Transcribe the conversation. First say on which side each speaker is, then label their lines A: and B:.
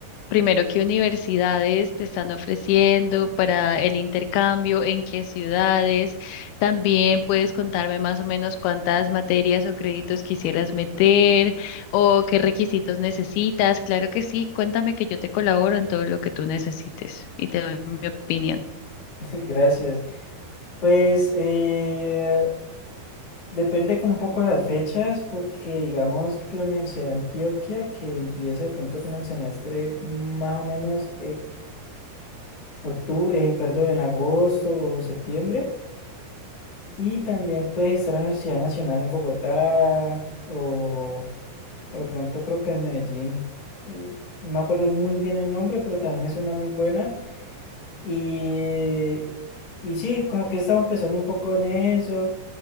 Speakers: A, on the left; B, on the left.
A: primero, qué universidades te están ofreciendo para el intercambio, en qué ciudades, también puedes contarme más o menos cuántas materias o créditos quisieras meter o qué requisitos necesitas, claro que sí, cuéntame que yo te colaboro en todo lo que tú necesites y te doy mi opinión.
B: <laughs> Gracias. Pues eh, depende con un poco las fechas, porque digamos que la Universidad de Antioquia, que empieza de pronto como el semestre más o menos octubre, eh, perdón, en agosto o septiembre. Y también puedes estar en la Universidad Nacional en Bogotá o, o de pronto creo que en Medellín. eh, no me acuerdo muy bien el nombre, pero también es una muy buena. Y, y sí, como que he estado empezando un poco en eso,